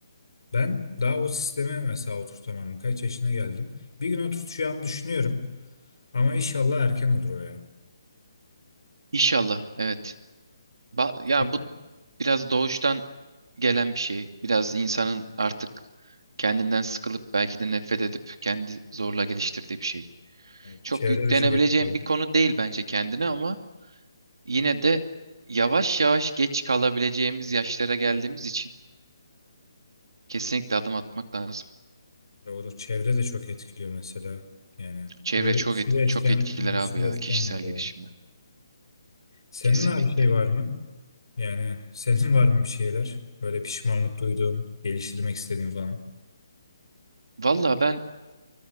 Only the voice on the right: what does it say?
İnşallah evet. Ba ya
bu biraz doğuştan gelen bir şey. Biraz insanın artık kendinden sıkılıp belki de nefret edip kendi zorla geliştirdiği bir şey.
Çok
yüklenebileceğim
bir konu değil bence kendine ama yine de yavaş yavaş geç kalabileceğimiz yaşlara geldiğimiz için kesinlikle adım atmak lazım.
Çevre
çok
et-
çok etkiler
abi
ya
kişisel
gelişimi.
Kesinlikle.
Valla ben